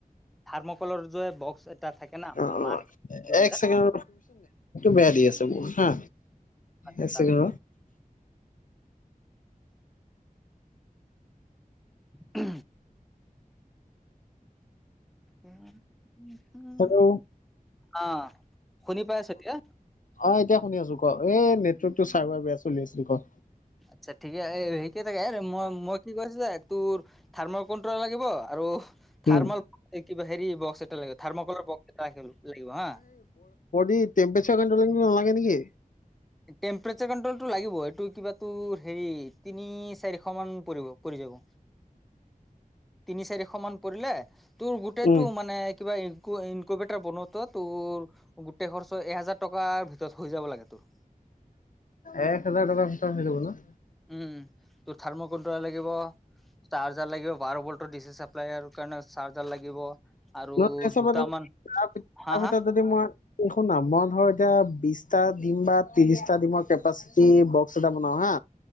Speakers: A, in the centre; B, on the left.
A: থাৰ্মকললৰ যে বক্স এটা থাকে ন
B: অ অ
A: মাছৰে
B: এক ছেকেণ্ড বেয়া দিয় আছে ব হা
A: আচ্ছা
B: একক
A: উ উ উ উম
B: হেল্ল' অ
A: আহ শুনি পাই আছোতিয়া
B: অ এতিয়া শুনি আছো ক এ নেটৱৰ্ক টো চাৰ্ভাৰ বেয়া চলি আছিল ক
A: আচ্ছা ঠিকে হেৰি কিে থাকে মই মই কি কৈছো যে তোৰ থাৰ্মৰ কণ্ট্ৰল লাগিব আৰু থাৰ্মল
B: উম
A: কিবা হেৰি বক্স এটা লাগিব থাৰ্ম কৰ বক্স এটা লাগিব হা
B: ম্পাৰ নালাগে নেকি
A: টেম্পৰেচ কণ্ট্ৰল এইটো লাগিব এইটো কিবাটো হেৰি তিনি চাৰিশ মান পৰিব পৰি যাব তিনি চাৰিশ মান পৰিলে তোৰ গোটেইতটো
B: উম
A: মানে কিবা ইক ইনকোবেটৰ বনোতো তোৰ গোটেই খৰচ এহোজাৰ টকাৰ ভিতৰত ত হৈ যাব লাগে তোৰ
B: এক হাজাৰ টকা কিল বোলো
A: উম তোৰ থাৰ্ম কোনট্ৰলা লাগিব চাৰ্জাৰ লাগিব বাৰ বল্টৰ দিছে চাপ্লাইাৰ কাৰণে চাৰ্জাৰ লাগিব আৰু
B: তাৰ
A: দুটামান হা
B: ভিতৰত
A: হা
B: যদি মই শুনাম মন ধৰ এতিয়া বিশটা দিম বা ত্ৰিশটা ডমৰ কেপাচিটি বক্স এটা বনাও হা